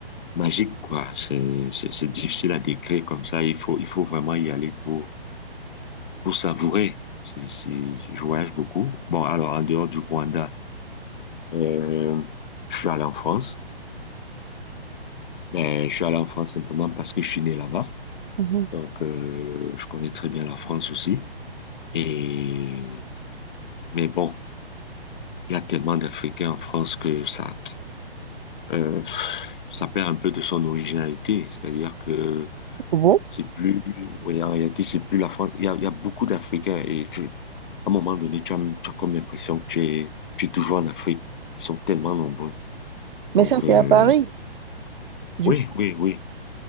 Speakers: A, on the left; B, on the right.
A: magiques, quoi. C'est c'est- c'est difficile à décrire comme ça. Il faut, il faut vraiment y aller pour, pour savourer. C'est- c'est- je voyage beaucoup. Bon, alors, en dehors du Rwanda, euh, je suis allé en France. Ben, je suis allé en France simplement parce que je suis né là-bas.
B: Mhm.
A: Donc, euh, je connais très bien la France aussi. Et, mais bon, il y a tellement d'Africains en France que ça. euh, ça perd un peu de son originalité. C'est-à-dire que
B: Bon,
A: c'est plus, ouais, en réalité, c'est plus la France. Il y a, il y a beaucoup d'Africains et tu- à un moment donné, tu as, tu as comme l'impression que tu es, tu es toujours en Afrique. Ils sont tellement nombreux. Donc,
B: mais ça, c'est
A: euh,
B: à Paris. Du
A: oui,
B: coup,
A: oui, oui,